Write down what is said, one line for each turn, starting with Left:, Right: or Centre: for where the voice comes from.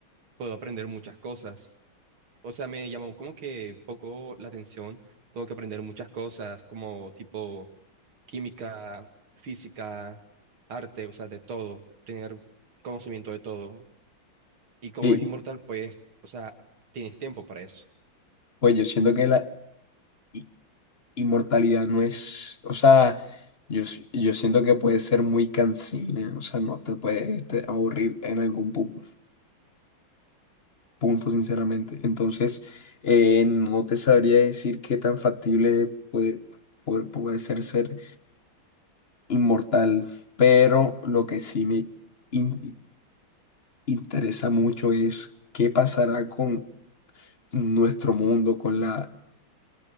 Right: puedo aprender muchas cosas. O sea, me llamó como que poco la atención, como que aprender muchas cosas, como tipo química, física, arte, o sea, de todo, tener conocimiento de todo. Y como
Left: y,
Right: es inmortal, pues, o sea, tienes tiempo para eso.
Left: pues yo siento que la i- inmortalidad no es, o sea, yo, s- yo siento que puede ser muy cansina, o sea, no te puede este, aburrir en algún pu- punto, sinceramente. Entonces, eh, no te sabría decir qué tan factible puede, puede, puede ser ser. inmortal, pero lo que sí me in- interesa mucho es qué pasará con nuestro mundo, con la